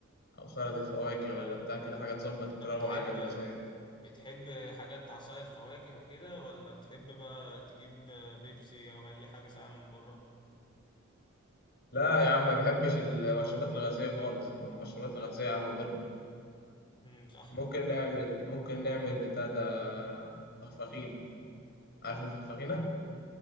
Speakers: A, on the left (about 55°); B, on the left (about 25°).
A: أو سلطة فواكه ولا بتاع كده حاجة تظبط
B: أنت
A: تروق
B: بتحب
A: على المزاج
B: بتحب حاجات عصاير فواكه وكده ولا بتحب بقى تجيب بيبسي او اي حاجه ساقعه من بره
A: لا يا عم ما بحبش المشروبات الغازية خالص المشروبات الغازية يا عم مضرة
B: امم صح
A: ممكن نعمل ممكن نعمل بتاع ده فخفخينة عارف الفخفخينة؟